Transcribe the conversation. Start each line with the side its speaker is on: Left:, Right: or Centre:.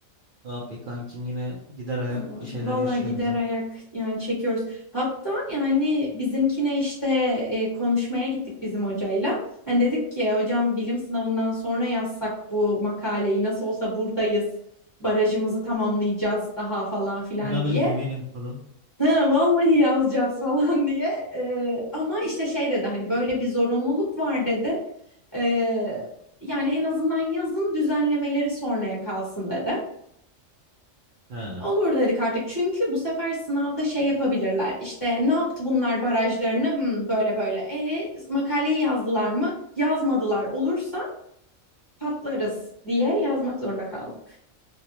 Right: Abi kankim yine gider ayak
Left: Aa,
Right: bir şeyler
Left: Vallahi
Right: yaşıyorsunuz
Left: gider
Right: ha.
Left: ayak yani çekiyoruz. Hatta yani bizimkine işte e, konuşmaya gittik bizim hocayla. Hani dedik ki hocam bilim sınavından sonra yazsak bu makaleyi nasıl olsa buradayız. Barajımızı tamamlayacağız daha falan filan
Right: İnanın
Left: diye.
Right: güvenin falan.
Left: Ha, vallahi yazacağız falan <laughs> diye. E, ama işte şey dedi hani böyle bir zorunluluk var dedi. E, yani en azından yazın düzenlemeleri sonraya kalsın dedi.
Right: Ha.
Left: Olur dedik artık çünkü bu sefer sınavda şey yapabilirler işte ne yaptı bunlar barajlarını Hmm, böyle böyle e makaleyi yazdılar mı yazmadılar olursa patlarız diye yazmak zorunda kaldık.